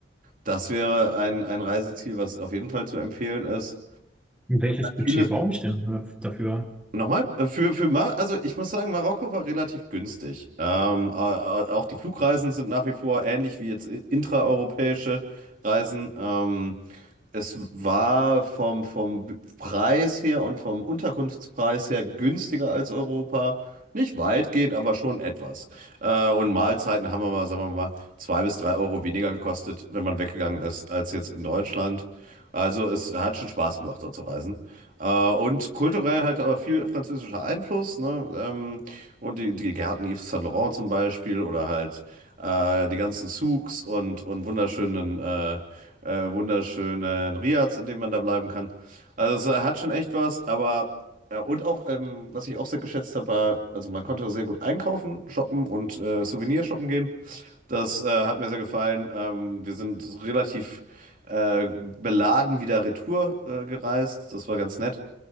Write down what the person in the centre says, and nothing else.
Welches Budget
brauche ich denn äh, dafür?